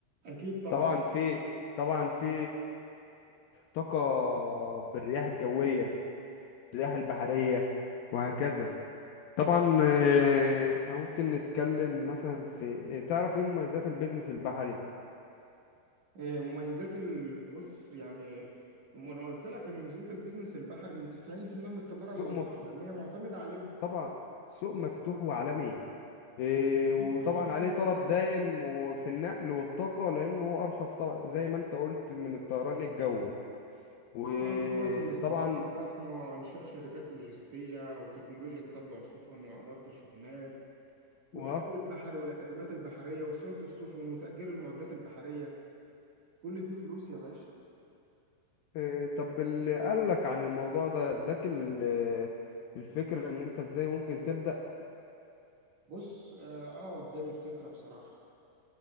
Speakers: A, on the right (about 50°); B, on the left (about 75°).
A: اكيد طبعا
B: طبعا في طبعا في طاقة بالرياح الجوية الرياح البحرية وهكذا طبعا آه، احنا ممكن نتكلم مثلا في تعرف ايه مميزات البيزنس البحري
A: إيه مميزات البص يعني أما انا قلت لك ان مميزات البيزنس البحري ان 90% من التجاره
B: سوق مفتوح
A: العالميه معتمده عليه
B: طبعا سوق مفتوح وعالمي إيه، وطبعا
A: طبعا في
B: عليه طلب
A: فرص
B: دائم وفي النقل والطاقة لأنه هو أرخص طبعا زي ما أنت قلت من الطيران الجوي وطبعا
A: طبعا فرص الاستثمار ضخمة إنشاء شركات لوجستية وتكنولوجيا تتبع السفن وإدارة الشحنات والتدريب
B: وقت
A: البحري والأكاديميات البحرية وصيانة السفن وتأجير المعدات البحرية كل دي فلوس يا باشا
B: إيه، طب اللي قالك عن الموضوع ده اداك ال- الفكرة ان انت ازاي ممكن تبدأ
A: بص آه آه، اداني الفكرة بصراحة